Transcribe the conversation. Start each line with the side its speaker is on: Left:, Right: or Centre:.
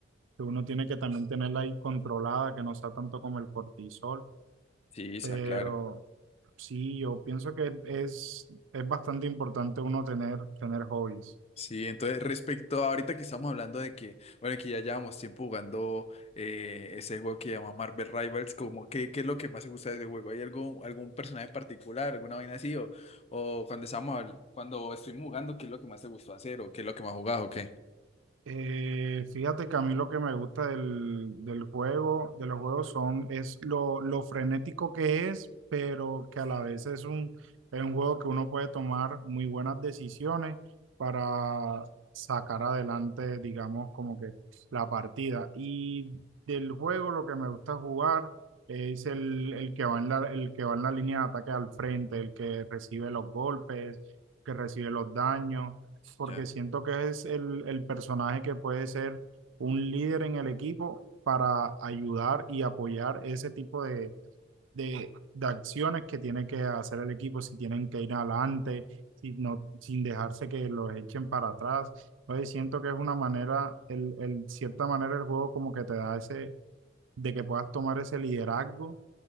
Right: que uno tiene que también tenerla ahí controlada, que no sea tanto como el cortisol.
Left: Sí, esa,
Right: Pero
Left: claro.
Right: sí, yo pienso que es, es bastante importante uno tener, tener hobbies.
Left: Sí, entonces respecto a ahorita que estamos hablando de que, bueno, que ya llevamos tiempo jugando eh, ese juego que llama Marvel Rivals, como, ¿qué, qué es lo que más te gusta de ese juego? ¿Hay algún, algún personaje en particular, alguna vaina así? O, o cuando estamos, cuando estuvimos jugando, ¿qué es lo que más te gustó hacer? ¿O qué es lo que más jugás o qué?
Right: Eh, fíjate que a mí lo que me gusta del, del juego, de los juegos son, es lo, lo frenético que es, pero que a la vez es un, es un juego que uno puede tomar muy buenas decisiones para sacar adelante, digamos, como que la partida. Y del juego lo que me gusta jugar es el, el que va en la, el que va en la línea de ataque al frente, el que recibe los golpes, que recibe los daños porque
Left: Ya.
Right: siento que es el, el personaje que puede ser un líder en el equipo para ayudar y apoyar ese tipo de, de, de acciones que tiene que hacer el equipo, si tienen que ir adelante, si no, sin dejarse que los echen para atrás. Entonces siento que es una manera, el, el, cierta manera el juego como que te da ese, de que puedas tomar ese liderazgo